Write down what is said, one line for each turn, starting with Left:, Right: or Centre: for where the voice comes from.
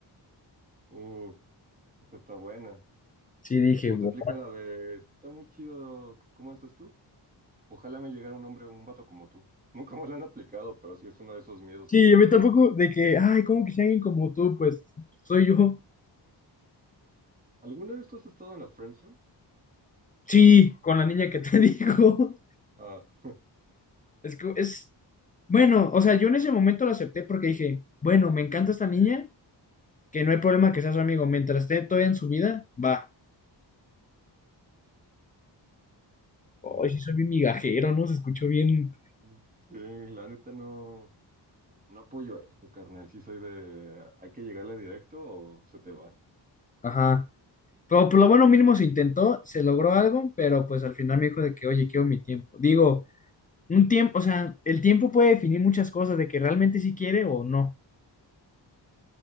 Right: Uf, esta está buena.
Left: Sí, dije,
Right: O
Left: wow.
Right: te aplican la de, está muy chido, ¿cómo estás tú? Ojalá me llegara un hombre, un vato como tú. <laughs> Nunca me lo han aplicado, pero sí es uno de esos miedos
Left: Sí,
Right: que tengo.
Left: a mí tampoco de que, ay, ¿cómo que sea alguien como tú? Pues soy yo.
Right: ¿Alguna vez tú has estado en la friendzone?
Left: Sí, con la niña que te <laughs> digo.
Right: Ah, <laughs>
Left: Es que es, bueno, o sea, yo en ese momento lo acepté porque dije, bueno, me encanta esta niña, que no hay problema que sea su amigo, mientras esté todavía en su vida, va.
Right: mm,
Left: Ay, sí, soy bien migajero, ¿no? Se escuchó bien.
Right: sí, la neta no, no apoyo eso, carnal. Sí soy de, hay que llegarle directo o se te va.
Left: Ajá. Pero por lo bueno mínimo se intentó, se logró algo, pero pues al final me dijo de que, oye, quiero mi tiempo. Digo, un tiempo, o sea, el tiempo puede definir muchas cosas, de que realmente sí quiere o no.